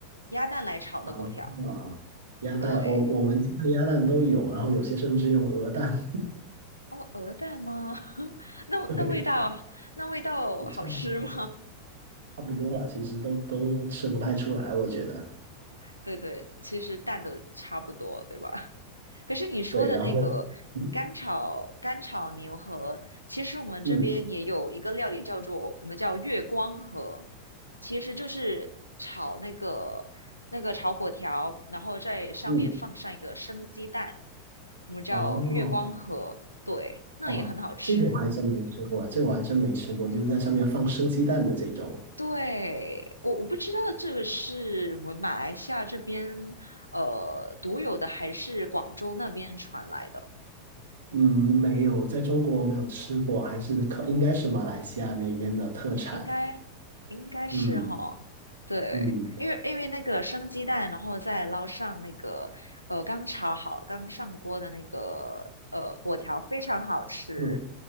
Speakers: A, on the left; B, on the right.
A: 鸭蛋来炒的粿条。
B: 啊啊，鸭蛋，
A: 对，
B: 我我们鸡蛋、鸭蛋都有，然后有些甚至用鹅蛋。
A: 哦，鹅蛋吗？<laughs> 那那味道那味道好吃吗？
B: <laughs> 对，差不多。差不多了，其实都都吃不太出来，我觉得。
A: <laughs> 对对，其实蛋都差不多，对吧？可是你说的那个干炒干炒牛河，
B: 对，然后，嗯
A: 其实我们这边也有一个料理叫做我们叫月光河，
B: 嗯
A: 其实就是炒那个那个炒粿条，然后在上面放上一个生鸡蛋，
B: 嗯，
A: 我们叫月光河，
B: 哦
A: 对，那也很好吃。
B: 哦，这个我还真没吃过，这个我还真没吃过，就在上面放生鸡蛋的这种，
A: 对，我我不知道这个是我们马来西亚这边呃独有的，还是广州那边传来的。
B: 嗯，没有，在中国没有吃过，还是可应该是马来西亚那边的特产。
A: 应该应该是哈，
B: 嗯
A: 对，
B: 嗯
A: 因为因为那个生鸡蛋，然后再捞上那个呃刚炒好、刚上锅的那个呃果条，非常好吃。
B: 嗯，